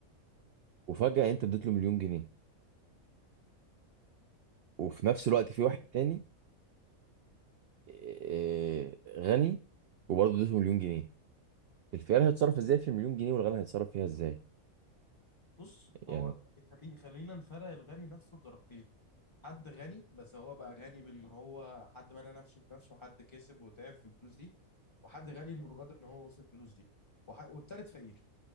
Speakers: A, on the right; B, on the left.
A: وفجاه انت اديت له مليون جنيه وفي نفس الوقت في واحد تاني آه، غني وبرضه اديته مليون جنيه الخيار هيتصرف ازاي في المليون جنيه والغني هيتصرف فيها ازاي
B: بص
A: يعني
B: هو خلي خلينا نفرق الغني نفسه لدرجتين حد غني بس هو بقى غني بان هو حد بنى نفسه بنفسه حد كسب وتعب في الفلوس دي وحد غني انه قدر ان هو وصل الفلوس دي وح... والتالت فقير